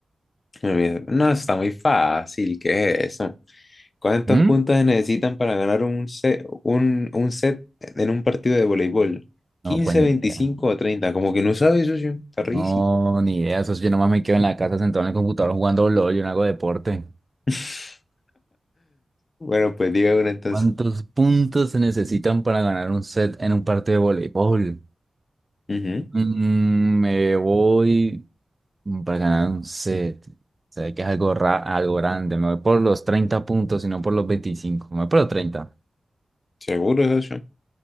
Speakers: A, on the left (about 45°); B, on the right (about 30°).
A: no, mira, no, está muy fácil, ¿qué es eso? ¿Cuántos
B: ¿Mm?
A: puntos se necesitan para ganar un set, un, un set en un partido de voleibol? 15,
B: No, pues ni
A: 25
B: idea.
A: o 30. Como que no sabes, socio. Está
B: No,
A: rarísimo.
B: ni idea. Eso sí, yo nomás me quedo en la casa sentado en el computador jugando LOL, yo no hago deporte.
A: <laughs> Bueno, pues diga uno entonces.
B: ¿Cuántos puntos se necesitan para ganar un set en un partido de voleibol?
A: Ujú.
B: Mm, me voy mm, para ganar un set. Se ve que es algo, ra- algo grande. Me voy por los 30 puntos y no por los veinticinco Me voy por los treinta
A: Seguro, socio.